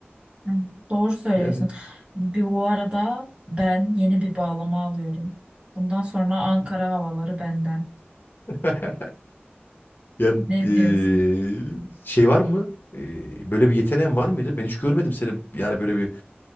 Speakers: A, on the right; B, on the left.
A: Hı, Doğru söylüyorsun.
B: Yani
A: Bir, bu arada ben yeni bir bağlama alıyorum. Bundan sonra Ankara havaları benden.
B: <laughs> yani
A: Ne
B: e,
A: diyorsun?
B: şey var mı? E, böyle bir yeteneğin var mıydı? Ben hiç görmedim seni yani böyle bir